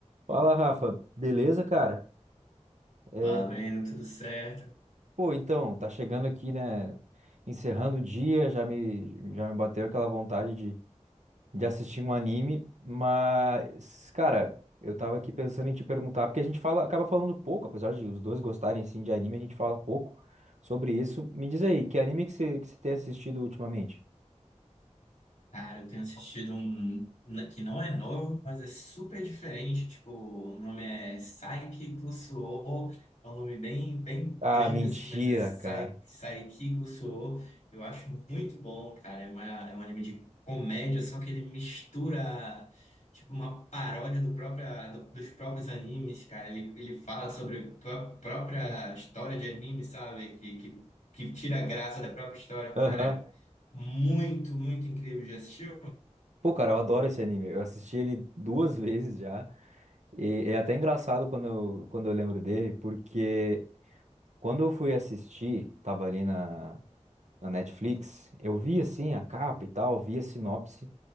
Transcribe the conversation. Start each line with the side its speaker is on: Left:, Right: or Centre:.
Right: Fala, Rafa. Beleza, cara? É,
Left: Fala, Breno, tudo certo?
Right: pô, então, tá chegando aqui, né? Encerrando o dia, já me, já me bateu aquela vontade de, de assistir um anime, mas, cara, eu tava aqui pensando em te perguntar, porque a gente fala, acaba falando pouco, apesar de os dois gostarem sim de anime, a gente fala pouco sobre isso. Me diz aí, que anime que você que você tem assistido ultimamente?
Left: Cara, eu tenho assistido um n- que não é novo, mas é super diferente. Tipo, o nome é Saiki Kusuo. É um nome bem, bem
Right: Ah,
Left: grande,
Right: mentira,
Left: assim, mas é Sai-
Right: cara.
Left: Saiki Kusuo. Eu acho muito bom, cara. É uma, é um anime de comédia, só que ele mistura, tipo, uma paródia do própria, do- dos próprios animes, cara. Ele, ele fala sobre a própria história de anime, sabe? Que, que, que tira a graça da própria história.
Right: Aham.
Left: Cara, Muito, muito incrível. Já assistiu?
Right: Pô, cara, eu adoro esse anime. Eu assisti ele duas <laughs> vezes já. E é até engraçado quando eu, quando eu lembro dele, porque quando eu fui assistir, tava ali na, na Netflix, eu vi assim a capa e tal, vi a sinopse,